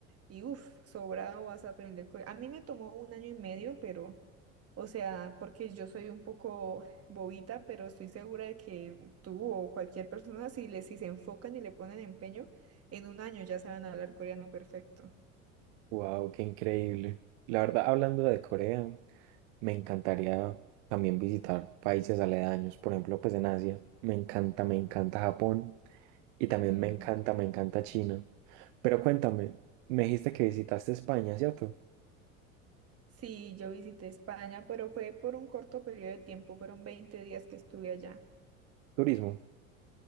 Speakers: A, on the right (about 35°); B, on the right (about 55°).
A: y uff, sobrado vas a aprender. core- A mí me tomó un año y medio, pero, o sea, porque yo soy un poco <laughs> bobita, pero estoy segura de que tú o cualquier persona, si, le, si se enfocan y le ponen empeño, en un año ya saben hablar coreano perfecto.
B: Wow, qué increíble. La verdad, hablando de Corea, me encantaría también visitar países aledaños, por ejemplo, pues en Asia. Me encanta, me encanta Japón y también
A: Mm,
B: me encanta, me encanta China. Pero cuéntame, me dijiste que visitaste España, ¿cierto?
A: Sí, yo visité España, pero fue por un corto periodo de tiempo, fueron 20 días que estuve allá.
B: Turismo.